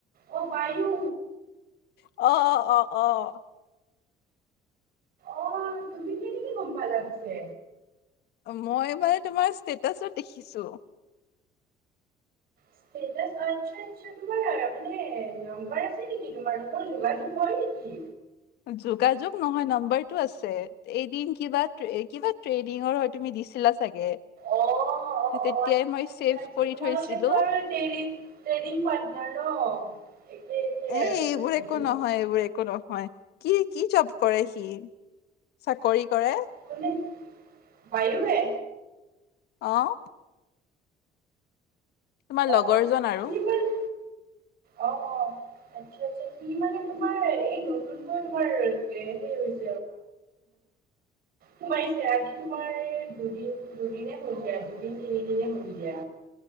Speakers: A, on the right; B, on the left.
A: অহ বায়ু
B: অ', - অ', -অ', - অ',
A: অহ, তুমি কেনেকে গম পালা পিছে?
B: মই মানে তোমাৰ ষ্টেটাচত দেখিছো।
A: ষ্টেটাছ আচ্ছা- আচ্ছা তোমাৰ মানে নাম্বাৰ আছে নেকি তোমালোকৰ যোগাযোগ হয় নেকি?
B: যোগাযোগ নহয় নাম্বাৰটো আছে এদিন কিবা- কিবা ট্ৰেইনিং তুমি দিছিলা চাগে?
A: অ', - অ', অহ,
B: তেতিয়াই
A: আচ্ছা
B: মই
A: -আচ্ছা
B: ছেভ
A: -আচ্ছা
B: কৰি
A: তোমালোকেতো
B: থৈছিলো
A: আৰু ট্ৰেৰি ট্ৰেনিং পাটনাৰ ন'। একে একে
B: এই
A: আৰু
B: এইবোৰ
A: মানে
B: একো নহয় -এইবোৰ একো নহয়। কি -কি জব কৰে সি চাকৰি কৰে?
A: কোনে বায়ুয়ে?
B: আহ তোমাৰ
A: অ'
B: লগৰ জন আৰু
A: সি মানে অ অ আচ্ছা আচ্ছা সি মানে তোমাৰ এই নতুনকৈ তোমাৰ হেৰি <unintelligible> সোমাইছে আজি তোমাৰ দুদিন দুদিনে সন্ধিয়া দুদিন তিনিদিনে সন্ধিয়া